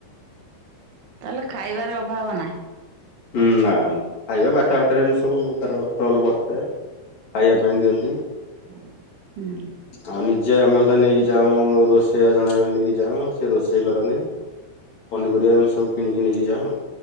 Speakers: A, on the right; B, on the left.
A: ତାହେଲେ ଖାଇବାର ଅଭାବ ନାହିଁ।
B: ହୁଁ ନା ଖାଇବା ବାଟଘାଟରେ ସବୁ ତାର ଷ୍ଟଲ ବଢଥାଏ। ଖାଇବା ପାଇଁ ଦିଅନ୍ତି।
A: ହୁଁ ହ
B: ଆଉ ନିଜେ ଆମେ ବଧେ ନେଇକି ଯାଉ ରୋଷେଇଆ ଜଣେ ନେଇକି ଯାଉ ସେ ରୋଷେଇ କରନ୍ତି। ପନିପରିବା ଆମ ସବୁ କିଣିକି ନେଇକି ଯାଉ